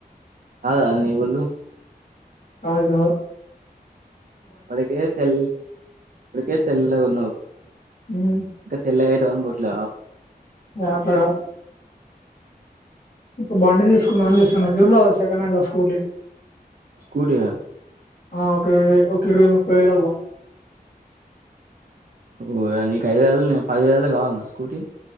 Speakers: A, on the right; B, on the left.
A: కాదరా నీ వొళ్ళు
B: అవుజా
A: వాడకే తెల్ అటికే తెల్లగున్నావ్
B: ఉమ్,
A: ఇంకా తెల్లగయిదావని బోట్ల
B: అట్లగదు ఒక బండి తీసుకుందమని జూస్తన్నా జరు రాదు సెకండ్ హ్యాండిల్ స్కూటీ
A: స్కుటియా
B: ఆ ఓకే ఒక ఇరువై ముప్ప వేలాల
A: ఓ నీకు ఐదు వేలు నేను పదివేలు కావాలన్న స్కూటీ